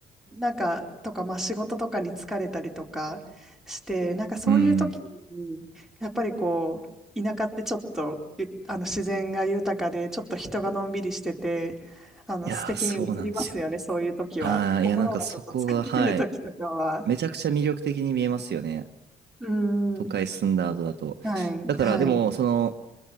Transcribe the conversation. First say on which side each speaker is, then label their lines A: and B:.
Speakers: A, in the centre; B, on the right.
A: なんか、とか、まあ仕事とかに疲れたりとかして、なんかそういう時に、
B: うん。
A: やっぱりこう、田舎ってちょっと、ゆあの自然が豊かで、ちょっと人がのんびりしてて、あの素敵に映りますよね、
B: いやー、そうなんですよね。
A: そういう時は。
B: ああ、
A: 心がちょっと疲れてる時とかは。
B: いや、なんかそこが、はい。めちゃくちゃ魅力的に見えますよね。
A: うん。
B: 都会住んだ後だと。
A: はい、
B: だから、
A: は
B: でも、その、